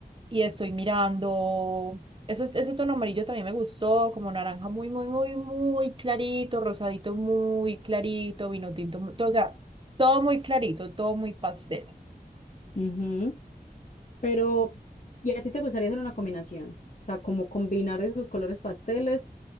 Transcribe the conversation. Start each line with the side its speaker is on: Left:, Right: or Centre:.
Right: y estoy mirando, eso, ese tono amarillo también me gustó, como naranja muy, muy, muy, muy clarito, rosadito muy clarito, vino tinto, muy- o sea, todo muy clarito, todo muy pastel.
Left: Ujú. Pero, ¿y a ti te gustaría hacer una combinación? O sea, como combinar esos colores pasteles